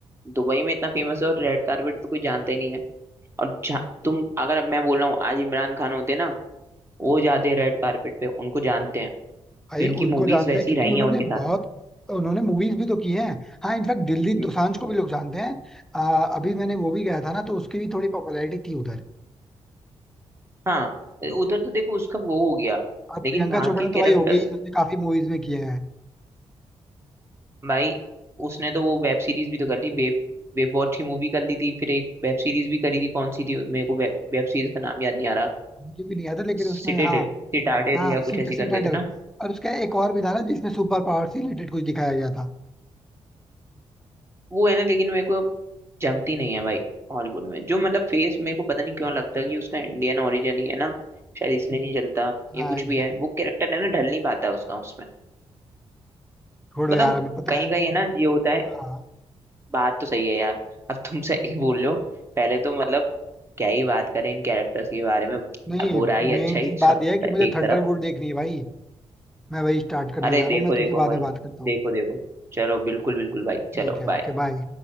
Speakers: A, on the right; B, in the centre.
A: दुबई में इतना फेमस है और रेड कारपेट पे कोई जानता ही नहीं है और जहाँ- तुम अगर मैं बोल रहा हूँ आज इमरान खान होते ना वो जाते हैं रेड कारपेट पे उनको जानते हैं
B: भाई
A: क्योंकि
B: उनको
A: मूवीज
B: जानता
A: वैसी
B: है क्योंकि
A: रही
B: उन्होंने
A: हैं उनके साथ
B: बहुत उन्होंने मूवीज भी तो की हैं हाँ इनफैक्ट दिलजीत
A: हम्म,
B: दोसांझ को भी लोग जानते हैं अ, अभी मैंने वो भी गया था ना तो उसकी भी थोड़ी पॉपुलैरिटी थी उधर
A: हाँ उधर तो देखो उसका वो हो गया
B: और
A: लेकिन
B: प्रियंका
A: वहां
B: चोपड़ा
A: के कैरेक्टर्स
B: तो भाई होगी ही, उसने काफी मूवीज में किया है
A: भाई उसने तो वो वेब सीरीज भी तो कर ली वेब वेब वॉच की मूवी कर ली थी फिर एक वेब सीरीज भी करी थी कौन सी थी मेरे को वेब, वेब सीरीज का नाम याद नहीं आ रहा
B: मुझे भी नहीं याद है लेकिन
A: सिटाडेल
B: उसमें हाँ
A: सिटाडेल
B: हाँ
A: या
B: सीट
A: कुछ ऐसी
B: सीटाडेल
A: करके था ना
B: और उसका एक और भी था ना जिसमें सुपर पावर से रिलेटेड कुछ दिखाया गया था
A: वो है ना लेकिन मेरे को जमती नहीं है भाई हॉलीवुड में जो मतलब फेस मेरे को पता नहीं क्यों लगता है कि उसका इंडियन ओरिजिन ही है ना शायद इसलिए नहीं जलता ये
B: हाँ
A: कुछ
B: एग्जैक्टली
A: भी है वो
B: exactly.
A: कैरेक्टर है ना ढल नहीं पाता उसका उसमें
B: छोड़ो
A: बताऊँ
B: यार अभी पता
A: कहीं
B: है
A: कहीं है ना ये होता है
B: हाँ
A: बात तो सही है यार अब तुम सही बोल लो पहले तो मतलब क्या ही बात करें इन कैरेक्टर्स के बारे में
B: नहीं
A: बुरा ही
B: मेन
A: अच्छा ही
B: चीज बात
A: सब
B: यह है कि मुझे
A: एक
B: थंडरबोल्ट
A: तरफ
B: देखनी है भाई मैं वही स्टार्ट करने
A: अरे
B: जा
A: देखो
B: रहा हूँ मैं
A: देखो
B: तुमसे बाद
A: भाई
B: में बात करता
A: देखो
B: हूँ
A: देखो चलो बिल्कुल बिल्कुल भाई
B: ठीक
A: चलो
B: है
A: बाय
B: ओके बाय